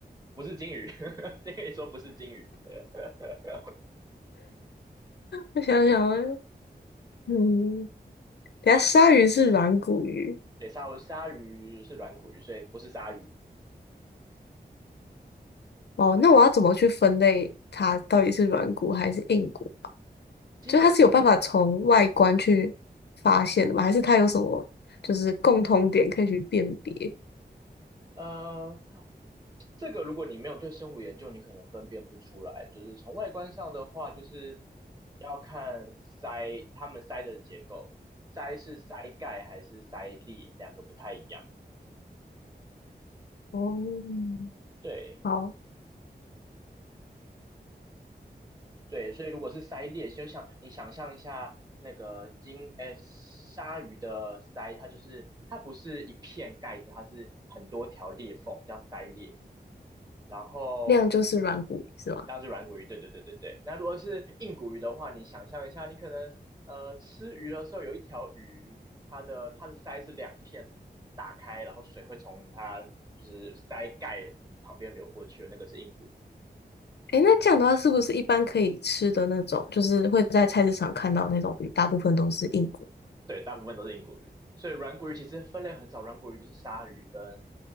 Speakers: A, on the right; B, on the left.
A: 不是金鱼，<laughs> 这可以说不是金鱼。<laughs>
B: 我想想啊，嗯，等下鲨鱼是软骨鱼，
A: 对，鲨鲨鱼是软骨鱼，所以不是鲨鱼。
B: 哦，那我要怎么去分类它到底是软骨还是硬骨？
A: 基本上，
B: 就是它是有办法从外观去发现的吗？
A: 嗯
B: 还是它有什么就是共通点可以去辨别？
A: 呃，这个如果你没有对生物研究，你可能分辨不出来。就是从外观上的话，就是要看鳃，它们鳃的结构，鳃是鳃盖还是鳃裂，两个不太一样。
B: 哦，
A: 对，
B: 好，
A: 对，所以如果是鳃裂，就像你想象一下那个鲸，诶，鲨鱼的鳃，它就是它不是一片盖子，它是很多条裂缝，叫鳃裂。然后
B: 那样就是软骨鱼是吗？
A: 这样是软骨鱼，对对对对对。那如果是硬骨鱼的话，你想象一下，你可能呃吃鱼的时候有一条鱼，它的它的鳃是两片打开，然后水会从它就是鳃盖旁边流过去的那个是硬骨鱼。
B: 诶，那这样的话是不是一般可以吃的那种，就是会在菜市场看到那种鱼，大部分都是硬骨？
A: 对，大部分都是硬骨鱼，所以软骨鱼其实分类很少，软骨鱼就是鲨鱼跟